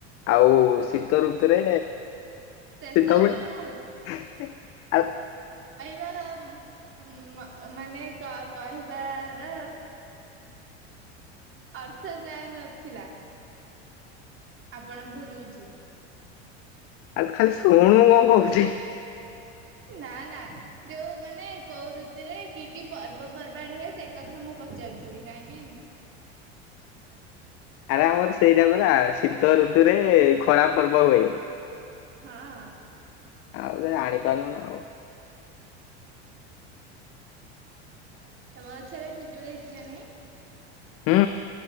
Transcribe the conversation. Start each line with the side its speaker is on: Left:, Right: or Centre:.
Left: ଆଉ ଶୀତ ଋତୁରେ
Right: ସେସବୁ
Left: ଶୀତ ମଳେ
Right: ନୁ
Left: ଆଉ
Right: ବା ବା ମ ମ ମାନେ କ କ କହିବାର ଅର୍ଥ ସେଆନଥିଲା। ଆପଣ ଭୁଲ ବୁଝିବେ।
Left: ଆରେ ତୁ ଖାଲି ଶୁଣୁ ମୁଁ କଣ କହୁଛି।
Right: ନା ନା ଯୋଉ ମାନେ କୋଉ ଋତୁରେ କି କି ପର୍ବପର୍ବାଣୀ ହୁଏ ସେ କଥା ମୁଁ ପଚାରୁଥିଲି ନା କି
Left: ଆରେ ଆମର ସେଇଟା ପରା ଶୀତ ଋତୁ ତୁ ରେ ଖରା ପର୍ବ ହୁଏ।
Right: ହଁ।
Left: ଆଉ ତୁ ଜାଣିପାରୁନୁ ଆଉ।
Right: ତମ ଗଛରେ ପିଜୁଳି ହେଇଛି ନା ନାଇଁ।
Left: ହୁଁ।